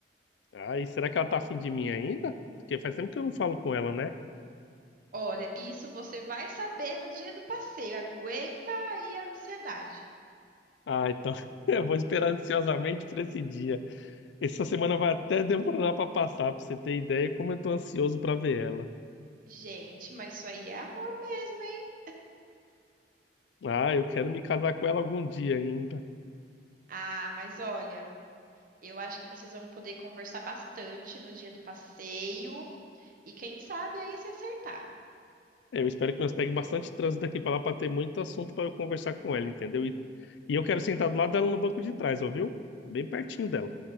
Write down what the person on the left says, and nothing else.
Ai, será que ela tá afim de mim ainda? Porque faz tempo que eu não falo com ela, né?
Ah, então <laughs> eu vou esperar ansiosamente por esse dia. Essa semana vai até demorar pra passar, pra você ter ideia como eu tô ansioso pra ver ela.
Ah, eu quero me casar com ela algum dia ainda.
Eu espero que nós pegue bastante trânsito daqui pra lá pra ter muito assunto pra eu conversar com ela, entendeu? E, e eu quero sentar do lado dela no banco de trás, ouviu? Bem pertinho dela.